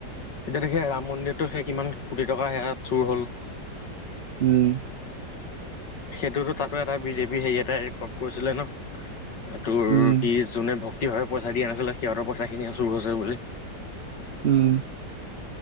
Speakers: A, on the left; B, on the right.
A: এতিয়া দেখি ৰাম মন্দিৰতো সেই কিমান কোটি টকা সেয়া চুৰ হ'ল
B: উম
A: সেইটোতো তাতো এটা বিজেপি হেৰি এটাই কেৰৰ্ড কৰিছিলে ন তোৰ
B: উম
A: সি যোনে ভক্তিভাৱে পইচা দিয়া নাছিলে সিহঁতৰ পইচাখিনিহে চুৰ হৈছে বুলি
B: উম